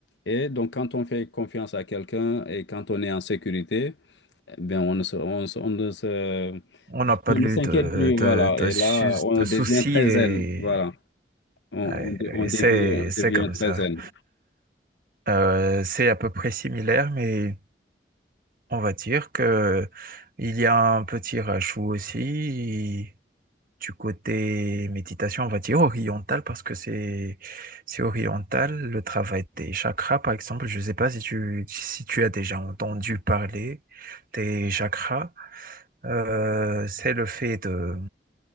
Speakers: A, on the left; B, on the right.
A: Et donc quand on fait confiance à quelqu'un et quand on est en sécurité ben, on ne se, on se- on ne se-
B: On n'a pas
A: on
B: eu
A: ne s'inquiète
B: de,
A: plus,
B: de,
A: voilà.
B: de,
A: Et
B: sou-
A: là, on
B: de
A: devient
B: soucis
A: très
B: et,
A: zen, voilà. On,
B: ouais,
A: on, de- on
B: et
A: devient,
B: c'est,
A: on
B: c'est
A: devient
B: comme ça.
A: très zen.
B: Euh, c'est à peu près similaire, mais on va dire que il y a un petit rajout aussi du côté méditation, on va dire oriental, parce que c'est, c'est oriental, le travail des chakras, par exemple. Je ne sais pas si tu, si tu as déjà entendu parler des chakras. Euh, c'est le fait de